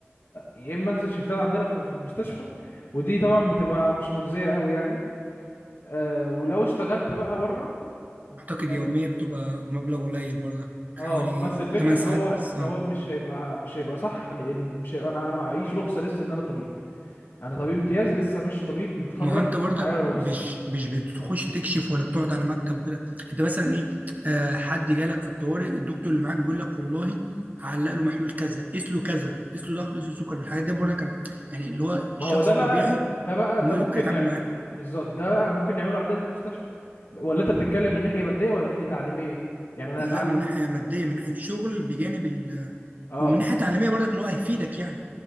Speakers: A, on the left; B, on the right.
A: يا إما أنزل شيفتات عندنا في في المستشفى ودي طبعا بتبقى مش مجزية قوي يعني آه، ولو اشتغلت بقى بره
B: اعتقد
A: يعني
B: يوميه بتبقى مبلغ قليل برضك
A: اه
B: حوالي
A: بس الفكره
B: 8
A: ان
B: ساعات
A: هو
B: بس
A: ان
B: اه
A: هو مش هيبقى مش هيبقى صح لان مش هيبقى انا انا معيش رخصه لسه ان انا طبيب انا طبيب امتياز لسه مش طبيب متخرج
B: ما هو انت برضك
A: معايا رخصه
B: مش مش بتخش تكشف ولا بتقعد على مكتب وكده انت مثلا ايه آه حد جالك في الطوارئ الدكتور اللي معاك بيقول لك والله علق له محلول كذا قيس له كذا قيس له ضغط قيس له سكر الحاجات دي برضك انا يعني اللي هو
A: ما
B: الشخص
A: هو ده بقى
B: الطبيعي
A: ده بقى
B: ممكن
A: ده ممكن
B: يتعامل
A: نعمل
B: معاها
A: بالظبط ده بقى ممكن نعمله عندنا في المستشفى ولا انت بتتكلم من ناحيه ماديه ولا ناحيه تعليميه يعني انا
B: لا
A: اتعلم
B: من ناحيه ماديه من ناحيه شغل بجانب ال
A: اه
B: ومن ناحيه تعليميه برضك اللي هو هيفيدك يعني